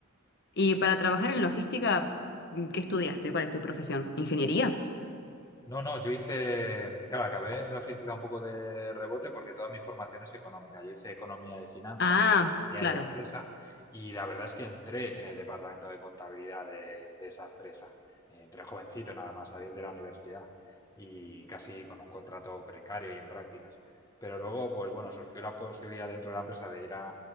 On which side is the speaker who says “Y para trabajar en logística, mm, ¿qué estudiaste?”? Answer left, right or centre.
Left